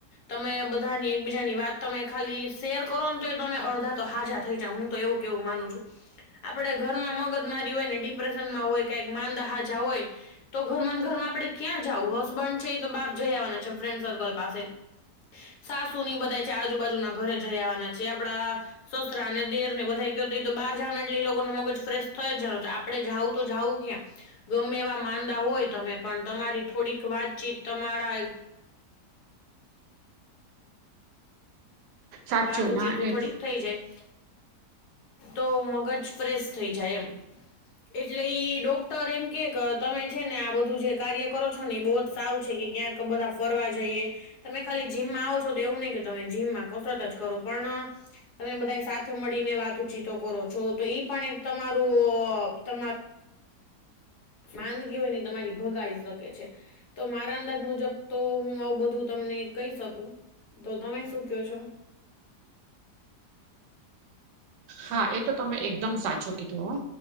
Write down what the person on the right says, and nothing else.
સાચું
ના
એ
તો
હા એ તો તમે એકદમ સાચું કીધું હો